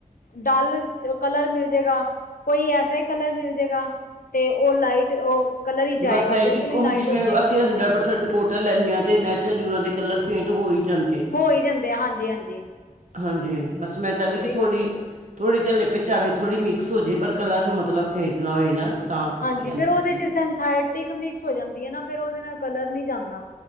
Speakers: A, on the left (about 80°); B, on the right (about 60°).
A: ਡਾਲ ਕਲਰ ਮਿਲ ਜੇਗਾ ਕੋਈ ਐਸਾ ਹੀ ਕਲਰ ਮਿਲ ਜੇਗਾ ਤੇ ਉਹ ਲਾਈਟ ਉਹ ਕਲਰ ਹੀ ਜਾਏਗਾ
B: ਬਸ ਇਹ
A: ਬਿਲਕੁਲ
B: ਕਿ
A: ਹੀ
B: ਹੁਣ
A: ਲਾਈਟ
B: ਜਿਵੇਂ
A: ਹੋ ਜਾਏਗੀ
B: ਅਸੀਂ ਹੰਡਰਡ ਪਰਸੈਂਟ ਕੋਟਨ ਲੈਂਦੇ ਹਾਂ। ਅਤੇ ਨੈਚੁਰਲੀ ਉਹਨਾਂ ਦੇ ਕਲਰ ਫੇਂਟ ਹੋ ਹੀ ਜਾਂਦੇ। ਨੇ
A: ਪਈ ਰਹਿੰਦੇ ਏ, ਹਾਂਜੀ-ਹਾਂਜੀ।
B: ਹਾਂਜੀ, ਬਸ ਮੈਂ ਚਾਂਦੀ ਕਿ ਥੋੜੀ
A: ਜਾਂਦੇ ਆ
B: ਥੋੜ੍ਹੇ ਚਲ ਲਿਪ ਚ ਆਵੇਂ ਥੋੜ੍ਹੀ ਮਿਕਸ ਹੋ ਜਾਵੇ। ਪਰ ਕਲਰ ਮਤਲਬ ਖੇਟ ਨਾ ਹੋਏ ਨਾ। ਤਾਂ ਕਰਕੇ
A: ਹਾਂਜੀ
B: ਕਹਿੰਦੇ
A: ਫੇਰ
B: ਵੀ
A: ਉਹਦੇ
B: ਸੀ
A: ਚ ਸਿੰਥੈਟਿਕ ਮਿਕਸ ਹੋ ਜਾਂਦੀ ਹੈ ਨਾ ਫੇਰ ਉਹਦੇ ਨਾਲ ਕਲਰ ਨਹੀਂ ਜਾਂਦਾ।